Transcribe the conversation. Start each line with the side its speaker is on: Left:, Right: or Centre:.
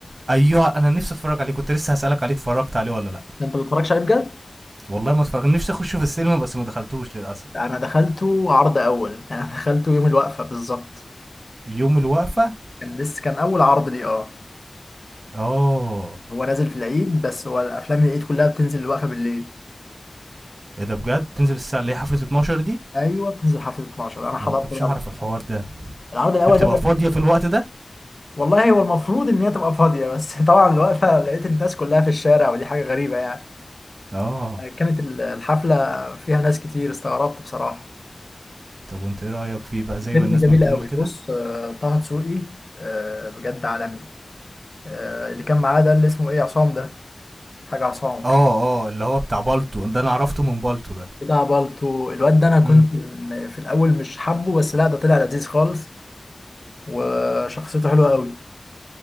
Right: ايوه انا نفسي اتفرج عليه كنت لسه هسالك عليه اتفرجت عليه ولا لا
Left: انت ما بتتفرجش عليه بجد
Right: والله ما اتفرج نفسي اخشه في السينما بس ما دخلتوش للاسف
Left: انا دخلته عرض اول <laughs> انا دخلته يوم الوقفه بالظبط
Right: يوم الوقفه
Left: كان لسه كان اول عرض ليه اه
Right: اه
Left: هو نازل في العيد بس هو الافلام العيد كلها بتنزل الوقفه بالليل
Right: ايه ده بجد تنزل الساعه اللي هي حفله 12 دي
Left: ايوه بتنزل حفله 12 انا حضرت
Right: انا ما كنتش
Left: بقى
Right: اعرف الحوار ده
Left: العرض الاول
Right: دي بتبقى
Left: ده
Right: فاضيه في الوقت ده
Left: والله هو المفروض ان هي تبقى فاضيه بس <laughs> طبعا الوقفه لقيت الناس كلها في الشارع ودي حاجه غريبه يعني
Right: اه
Left: كانت ال- الحفله فيها ناس كتير استغربت بصراحه
Right: طب وانت ايه رايك فيه بقى زي
Left: الفيلم
Right: ما الناس
Left: جميل
Right: بتقول
Left: قوي
Right: كده
Left: بص آه، طه دسوقي آه، بجد عالمي آه، اللي كان معاه ده اللي اسمه ايه عصام ده حاجه عصام
Right: اه
Left: كده
Right: اه اللي هو بتاع بالتو ده انا عرفته من بالتو ده
Left: بتاع بالتو الواد ده انا كنت
Right: امم
Left: م- في الاول مش حابه بس لا ده طلع لذيذ خالص وشخصيته حلوه قوي